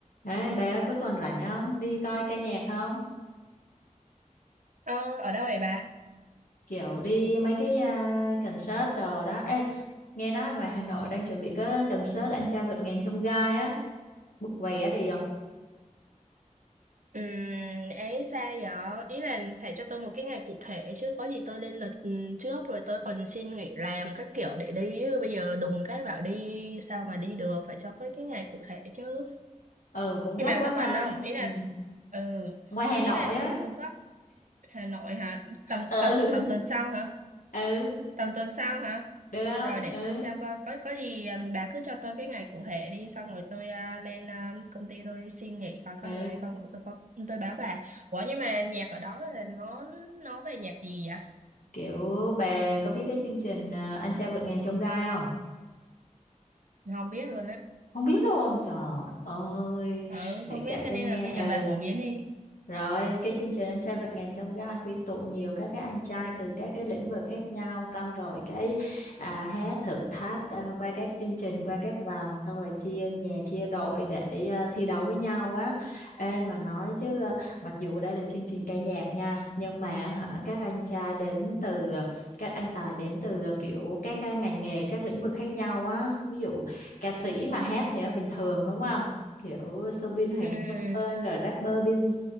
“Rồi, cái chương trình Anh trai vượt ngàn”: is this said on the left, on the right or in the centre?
Left